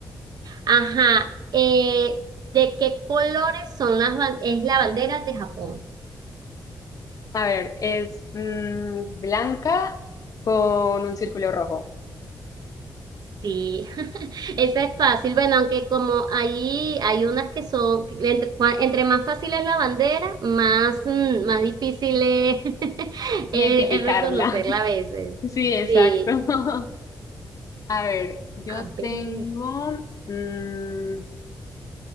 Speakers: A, on the right; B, on the left.
A: Ajá, eh, ¿de qué colores son las, ban- es la bandera de Japón?
B: A ver, es mm, blanca con un círculo rojo.
A: Sí, <laughs> esa es fácil. Bueno, aunque como ahí hay unas que son, entre, cua- entre más fácil es la bandera, más, mm, más difícil es, <laughs>
B: Identificarla.
A: es- es reconocerla
B: <laughs>
A: a veces.
B: Sí, exacto.
A: Sí,
B: <laughs> A ver, yo
A: a ver,
B: tengo... mm,